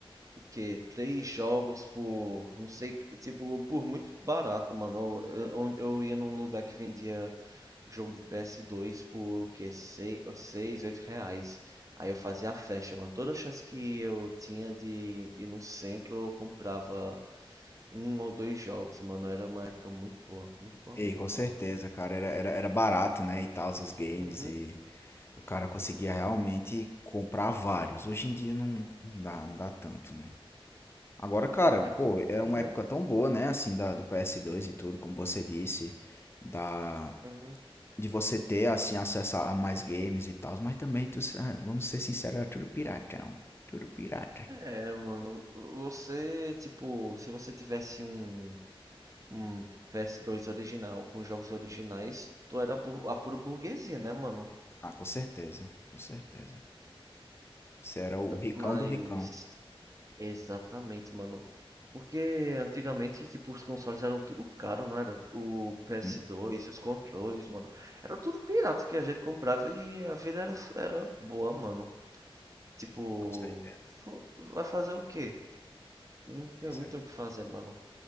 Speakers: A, on the right; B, on the left.
A: o que Três jogos por, não sei, tipo, por muito barato, mano. Eu, eu, eu ia num lugar que vendia jogo de PS2 por o que Sei- seis, oito reais. Aí eu fazia a festa, mano. Toda chance que eu tinha de ir no centro, eu comprava um ou dois jogos, mano. Era uma época muito boa, muito boa
B: Ei,
A: mesmo,
B: com
A: mano.
B: certeza, cara, era, era, era barato, né, e tal, os games,
A: Uhum.
B: e o cara conseguia realmente comprar vários. Hoje em dia não, não dá, não dá tanto, né? Agora, cara,
A: É porque,
B: pô, é uma
A: né?
B: época tão boa, né, assim, da, do PS2 e tudo, como você disse, da,
A: Uhum.
B: de você ter assim acesso a mais games e tal, mas também tu, ah, vamos ser sinceros, era tudo piratão, tudo pirata.
A: É, mano, você, tipo, se você tivesse um, um PS2 original com jogos originais, tu era a pura burguesia, né, mano?
B: Ah, com certeza, com certeza. Você era o ricão
A: Mas
B: do ricão.
A: exatamente, mano. Porque antigamente, tipo, os consoles eram tudo caro, não era? O PS2,
B: Uhum,
A: os controles, mano. Era tudo pirata que a gente comprava e a vida era, era boa, mano. Tipo,
B: com certeza.
A: fu- vai fazer o quê? Não tem,
B: Pois
A: não
B: é.
A: tem o que fazer, mano.